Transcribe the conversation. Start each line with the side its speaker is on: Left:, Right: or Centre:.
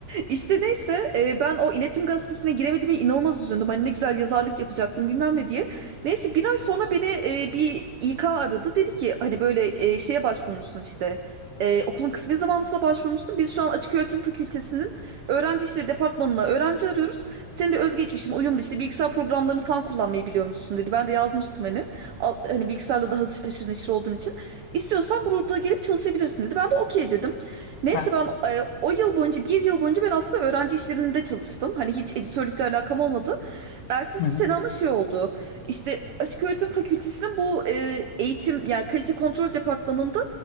Right: İşte neyse e, ben o iletişim gazetesine giremediğime inanılmaz üzüldüm. Hani ne güzel yazarlık yapacaktım bilmem ne diye. Neyse bir ay sonra beni e, bir İK aradı. Dedi ki hani böyle e, şeye başvurmuşsun işte. E, okulun kısmi zamanlısına başvurmuşsun. Biz şu an Açık Öğretim Fakültesi'nin öğrenci işleri departmanına öğrenci arıyoruz. Senin de özgeçmişin uyumlu işte bilgisayar programlarını falan kullanmayı biliyormuşsun dedi. Ben de yazmıştım hani. Al- hani bilgisayarla da haşır haşır neşir olduğum için. İstiyorsan burada gelip çalışabilirsin dedi. Ben de okey dedim. Neyse
Left: Bak.
Right: ben e, o yıl boyunca bir yıl boyunca ben aslında öğrenci işlerinde çalıştım. Hani hiç editörlükle alakam olmadı. Ertesi
Left: Hı hı.
Right: sene ama şey oldu. İşte Açık Öğretim Fakültesinin bu e, eğitim yani kalite kontrol departmanında